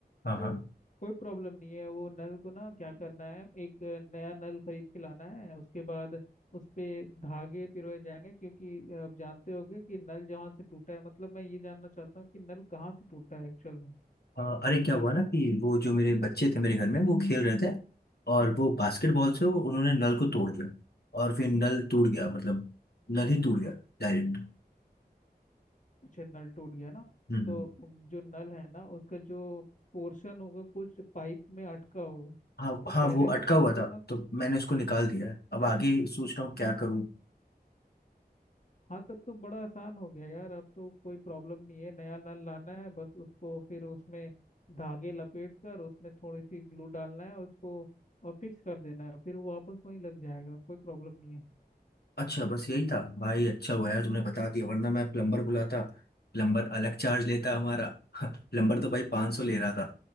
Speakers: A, on the left; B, on the left.
A: हाँ
B: तो
A: हाँ
B: कोई प्रॉब्लम नहीं है वो नल को ना क्या करना है एक नया नल खरीद के लाना है उसके बाद उस पे धागे पिरोए जाएंगे क्योंकि आप जानते होंगे कि नल जहाँ से टूटा है मतलब मैं ये जानना चाहता हूँ कि नल कहाँ से टूटा है एक्चुअल में
A: अ, अरे क्या हुआ ना कि वो जो मेरे बच्चे थे मेरे घर में वो खेल रहे थे और वो बास्केटबॉल से वो उन्होंने नल को तोड़ दिया और फिर नल टूट गया मतलब नल ही टूट गया डायरेक्ट
B: अच्छा नल टूट गया ना
A: हम्म
B: तो जो नल है ना उसका जो पोर्शन होगा कुछ पाइप में अटका होगा
A: हाँ
B: तो
A: हाँ
B: पहले
A: वो अटका
B: ना
A: हुआ
B: उसको
A: था
B: ना
A: तो मैंने उसको निकाल दिया है अब आगे सोच रहा हूँ क्या करूँ
B: हाँ तब तो बड़ा आसान हो गया यार अब तो कोई प्रॉब्लम नहीं है नया नल लाना है बस उसको फिर उसमें धागे लपेट कर उसमें थोड़ी सी ग्लू डालना है और उसको और फिक्स कर देना है फिर वो वापस वहीं लग जाएगा कोई प्रॉब्लम नहीं
A: अच्छा बस यही था भाई अच्छा हुआ यार तुमने बता दिया वरना मैं प्लम्बर बुलाता प्लम्बर अलग चार्ज लेता हमारा <laughs> प्लम्बर तो भाई 500 ले रहा था